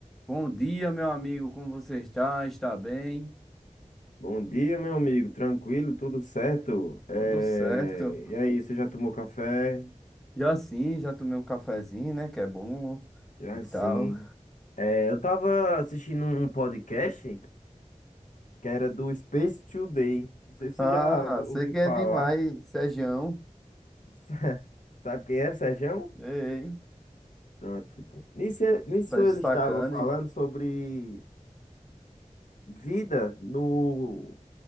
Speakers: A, in the centre; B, on the left (about 80°).
A: Bom dia, meu amigo. Como você está? Está bem?
B: Bom dia, meu amigo. Tranquilo, tudo certo? É,
A: Tudo certo.
B: E aí, você já tomou café?
A: Já sim, já tomei um cafezinho, né? Que é bom
B: Já
A: e tal.
B: sim. É, eu tava assistindo um um podcast que era do Space Today. Não sei se
A: Ah,
B: você já ouvi- ouviu
A: sei que
B: falar.
A: é demais, Sergião.
B: <laughs> Sabe quem é, Serjão?
A: Ei,
B: Pronto. Nisso, nisso
A: tá de
B: ele
A: sacane.
B: estava falando sobre vida no